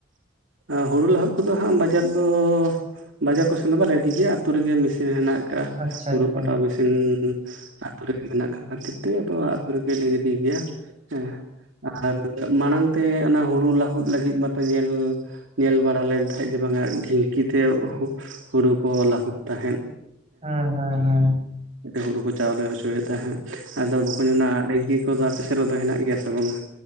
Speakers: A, on the right; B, on the right.
A: ᱟ ᱦᱩᱲᱩ ᱞᱟᱹᱦᱚᱫ ᱠᱚᱼᱫᱚ ᱦᱟᱸᱜ ᱵᱟᱡᱟᱨ ᱫᱚ ᱵᱟᱡᱟᱨ ᱠᱚᱥᱮᱱ ᱫᱚ ᱵᱟᱞᱮ ᱤᱫᱤ ᱜᱮᱭᱟ ᱾ᱟᱹᱛᱳ ᱨᱮᱜᱮ ᱢᱤᱥᱤᱱ ᱦᱮᱱᱟᱜ ᱠᱟᱜᱼᱟ
B: ᱟᱪᱪᱷᱟ
A: ᱦᱩᱲᱩ
B: ᱟᱪᱪᱷᱟ
A: ᱯᱟᱴᱟᱣ ᱵᱤᱥᱤᱱ ᱟᱹᱛᱩ ᱨᱮᱜᱮ ᱢᱮᱱᱟᱜ ᱠᱟᱜ ᱠᱷᱟᱹᱛᱤᱨ ᱛᱮ ᱟᱫᱚᱛ ᱨᱮᱜᱮᱞᱮ ᱤᱫᱤ ᱜᱮᱭᱟ ᱦᱮᱸ ᱟᱨ ᱢᱟᱲᱟᱝ ᱛᱮ ᱚᱱᱟ ᱦᱩᱲᱩ ᱞᱟᱹᱟᱦᱩᱫ ᱞᱟᱹᱜᱤᱫ ᱢᱟᱛᱚ ᱧᱮᱞ ᱧᱮᱞ ᱵᱟᱲᱟ ᱞᱮᱱ ᱛᱟᱦᱮᱸ ᱡᱮ ᱵᱟᱝᱟ ᱰᱷᱽᱤᱝᱠᱤ ᱛᱮ ᱦᱩᱲᱩ ᱠᱚ ᱞᱟᱹᱟᱦᱩᱫ ᱛᱟᱦᱮᱸᱫ᱾
B: ᱦ ᱦᱮᱸ ᱦᱮᱸ
A: ᱦᱩᱲᱩ ᱠᱚ ᱪᱟᱣᱞᱮ ᱦᱚᱪᱚᱭᱮᱫ ᱛᱟᱦᱮᱸᱫ᱾ ᱟᱫᱚ ᱵᱟᱚᱠᱷ ᱚᱱᱟ ᱰᱮᱝᱠᱤ ᱠᱚᱼᱫᱚ ᱟᱯᱮ ᱥᱮᱫ ᱨᱮᱫᱚ ᱦᱮᱱᱟᱜ ᱜᱮᱭᱟ ᱥᱮ ᱵᱟᱝᱼᱟ?